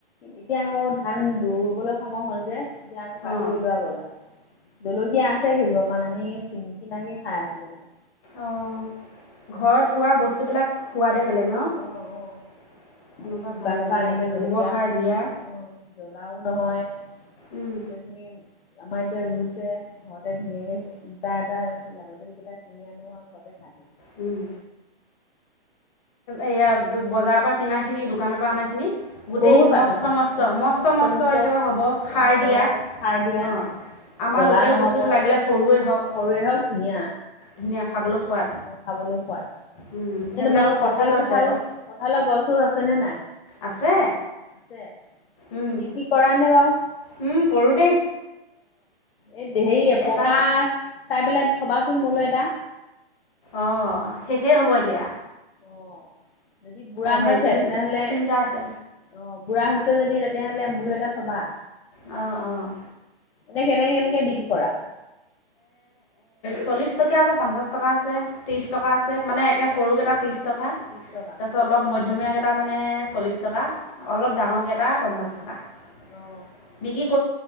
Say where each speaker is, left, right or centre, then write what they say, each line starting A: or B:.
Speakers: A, on the left; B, on the left.
A: এতিয়া আকৌ ধান ৰুবলৈ সময় হল যে তেতিয়া আকৌ কাটি
B: অঁ
A: পিন্ধোৱা গ'লা জলকীয়া আছে কেইযোপামান আমি কিন কিনাকি খাই আছো যেনিবা
B: অ', ঘৰত হোৱা বস্তুবিলাক সোৱাদেই বেলেগ ন,
A: অ',
B: এনেকুৱা
A: অ', তুমি দোকানৰ
B: ভাল লাগে
A: পৰা আনিলে
B: গোবৰ
A: জলকীয়া
B: সাৰ দিয়া
A: অ', জ্বলাও নহয়,
B: উম,
A: এতিয়া তুমি আমাৰ এতিয়া ৰুছে, ঘৰতে ধুনীয়াকৈ দুটা এটা লাগতালকেইটা ছিঙি আনো আৰু ঘৰতে সাতনো
B: উম, এইয়া বজাৰৰ পৰা কিনাখিনি, দোকানৰ পৰা অনাখিনি গোটেই
A: বহুত পাৰ্থক্য,
B: মস্ত মস্ত
A: অ', মস্ত ম্ত
B: একেবাৰে
A: অ
B: হ'ব সাৰ
A: হ'ব
B: দিয়া
A: সাৰ দিয়া
B: অঁ আমাৰ
A: জলা
B: লোকেল
A: নহব,
B: বস্তুটো
A: অ',
B: লাগিলে সৰুৱে হওক
A: সৰুৱ হওক ধুনীয়া
B: ধুনীয়া খাবলৈ সোৱাদ
A: অ', খাবলৈও সোৱাদ,
B: উম,
A: এনে
B: সেইবিলাকত
A: তোমালোকৰ
B: পুষ্টিকো
A: ক কঠাল চঠাল
B: আছে আকৌ
A: কঠালৰ গছছ আছেনে নাই
B: আছে
A: আছে
B: উম,
A: বিক্ৰী কৰা নে বও অ',
B: উম, কৰোঁ দেই
A: এই হেৰি পকা
B: এটা
A: চাই পেলাই থবাচোন মোলৈ এটা
B: অ', শেষেই হ'ব এতিয়া
A: অ', যদি বুঢ়া
B: হেৰি
A: হৈছে
B: তিনি
A: তেনেহলে
B: তিনিটা আছে
A: অ বুঢ়া হৈছে যদি তেতিয়াহ'লে মোৰো এটা থবা
B: অ', অ',
A: এনে, কেনেকে কেনেকে বিক্ৰী কৰা
B: চল্লিছ টকীয়া আছে, পঞ্চাছ টকা আছে, ত্ৰিছ টকা
A: অ'
B: আছে মানে <unintelligible> <unintelligible>
A: ত্ৰিশ টকা অ'
B: <unintelligible> কৰিলো